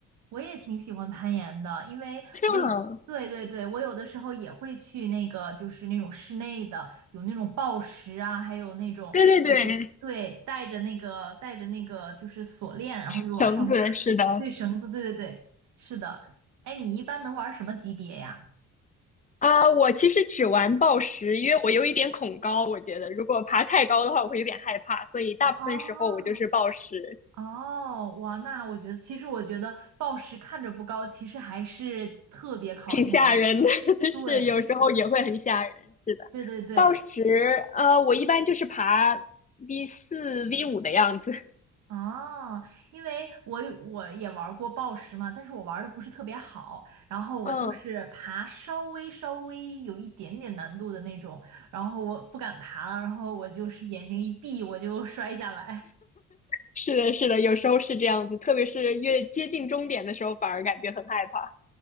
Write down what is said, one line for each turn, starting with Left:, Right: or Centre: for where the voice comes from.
Right: 我也挺喜欢攀岩的，因为我有的，
Left: 是吗？
Right: 对对对，我有的时候也会去那个，就是那种室内的，有那种抱石啊，还有那种就是对，
Left: 对对对，
Right: 带着那个带着那个就是锁链，然后就往上爬，
Left: 绳子是的，
Right: 对，绳子，对对对，是的。哎，你一般能玩什么级别呀？
Left: 啊，我其实只玩抱石，因为我有一点恐高，我觉得如果爬太高的话，我会有点害怕，所以大部分时候我就是抱石，
Right: 哦，哦，哇，那我觉得，其实我觉得暴食看着不高，其实还是特别考验。
Left: 挺吓人的，<laughs>
Right: 对，
Left: 是有时候也会很吓人，
Right: 是的，
Left: 是的。
Right: 对对对。
Left: 抱石，呃，我一般就是爬 V 四、V 五的样子，
Right: 哦，因为我有我也玩过暴食嘛，但是我玩的不是特别好，然后我就是爬稍微稍微有一点点难度的那种，
Left: 嗯，
Right: 然后我不敢爬了，然后我就是眼睛一闭我就 <laughs> 摔下来。
Left: 是的，是的，有时候是这样子，特别是越接近终点的时候，反而感觉很害怕。